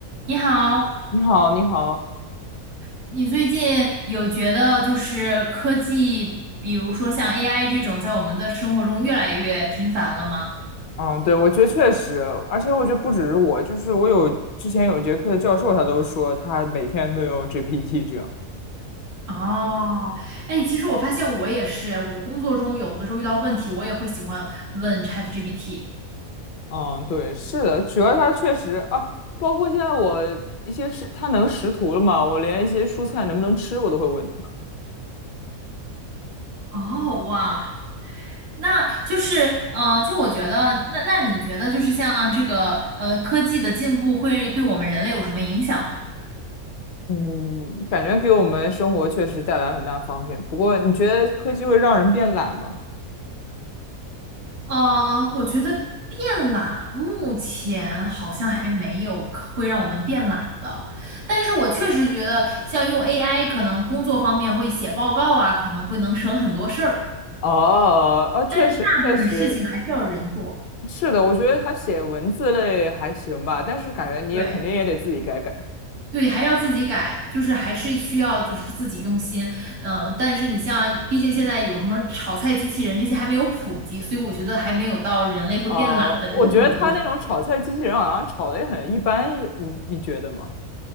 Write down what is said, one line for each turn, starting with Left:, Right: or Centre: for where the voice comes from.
Right: 你好，
Left: 你好，你好，
Right: 你最近有觉得就是科技，比如说像 AI 这种，在我们的生活中越来越频繁了吗？
Left: 嗯，对，我觉得确实，而且我觉得不只是我，就是我有之前有节课的教授，他都说他每天都用 GPT 这样。
Right: 哦，哎，其实我发现我也是，我工作中有的时候遇到问题，我也会喜欢问 ChatGPT。
Left: 嗯，对，是的，主要他确实啊，包括现在我一些是他能识图了嘛，我连一些蔬菜能不能吃我都会问他。
Right: 哦，哇，那就是，呃，就我觉得，那那你觉得就是像这个呃科技的进步会对我们人类有什么影响呢？
Left: 嗯，感觉给我们生活确实带来很大方便。不过，你觉得科技会让人变懒吗？
Right: 呃，我觉得变懒目前好像还没有可会让我们变懒的，但是我确实觉得像用 AI，可能工作方面会写报告啊，可能会能省很多事儿，
Left: 哦，啊，确实，
Right: 但是大部分事情还是要人做，
Left: 确实，是的，我觉得他写文字类还行吧，但是感觉你也肯定也得自己改改。
Right: 对对，还要自己改，就是还是需要就是自己用心，嗯、但是你像，毕竟现在有什么炒菜机器人这些还没有普及，所以我觉得还没有到人类会变懒的这个地步。
Left: 呃，我觉得他那种炒菜机器人好像炒的也很一般，有你你觉得吗？